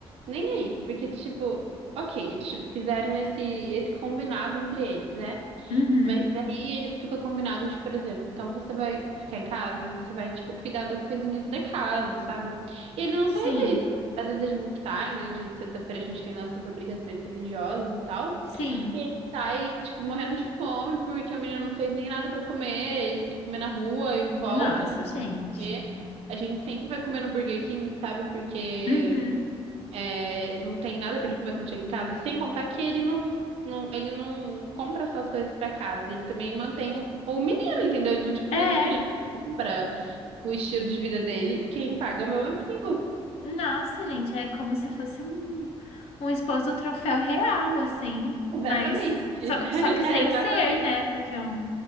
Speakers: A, on the right; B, on the left.
A: nem é isso, porque, tipo, ok, eles tipo, fizeram esse, esse combinado entre eles, né?
B: uhum,
A: Mas aí ele ficou combinado de, por exemplo, então você vai ficar em casa, você vai, tipo, cuidar das coisinhas da casa, sabe? E ele não
B: sim,
A: faz isso. Às vezes a gente sai, no dia de sexta-feira a gente tem nossas obrigações religiosas e tal,
B: sim.
A: e ele sai, tipo, morrendo de fome porque o menino não fez nem nada pra comer, ele tem que comer na rua e volta
B: Nossa, gente.
A: comer. A gente sempre vai comer no Burger King, sabe? Porque
B: Uhum.
A: é, não tem nada pra ele comer quando chega em casa. Sem contar que ele não, não, ele não compra só as coisas pra casa. Ele também mantém o, o menino, entendeu? Então, tipo,
B: É.
A: tudo que o menino compra, o estilo de vida dele, quem paga é o meu amigo.
B: Nossa, gente, é como se fosse um, um esposo troféu real, assim,
A: Exatamente.
B: mas só,
A: <laughs>
B: só que sem
A: É, exatamente.
B: ser, né? Porque é um,